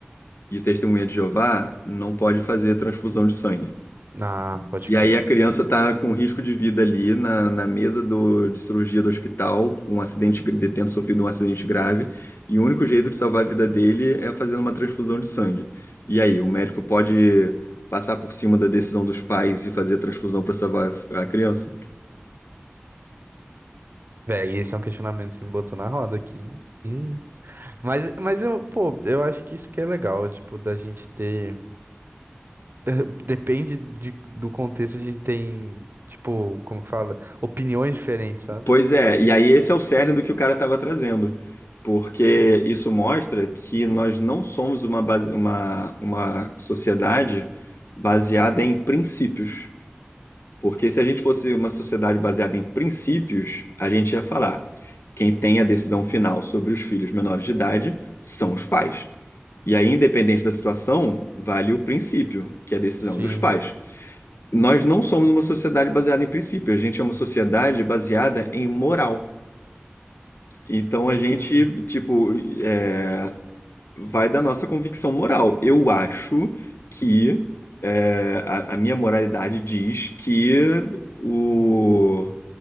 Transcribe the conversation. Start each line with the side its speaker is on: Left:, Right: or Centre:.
Left: E testemunha de Jeová não pode fazer transfusão de sangue.
Right: Ah, pode
Left: E
Right: crer.
Left: aí a criança tá com risco de vida ali na, na mesa do, de cirurgia do hospital, com um acidente, gra- de- tendo sofrido um acidente grave, e o único jeito de salvar a vida dele é fazendo uma transfusão de sangue. E aí, o médico pode passar por cima da decisão dos pais e fazer a transfusão para salvar a criança?
Right: Véi, esse é um questionamento que você me botou na roda aqui. hein? Mas, mas eu, pô, eu acho que isso que é legal, tipo, da gente ter. <laughs> Depende de, do contexto, a gente tem, tipo, como que fala? Opiniões diferentes, sabe?
Left: Pois é, e aí esse é o cerne do que o cara estava trazendo. Porque isso mostra que nós não somos uma, base, uma, uma sociedade baseada em princípios Porque se a gente fosse uma sociedade baseada em princípios, a gente ia falar: quem tem a decisão final sobre os filhos menores de idade são os pais. E aí, independente da situação, vale o princípio, que é a decisão
Right: Sim.
Left: dos pais. Nós não somos uma sociedade baseada em princípios, a gente é uma sociedade baseada em moral. Então
Right: Hum,
Left: a gente, tipo, é, vai da nossa convicção moral. Eu acho que é, a, a minha moralidade diz que o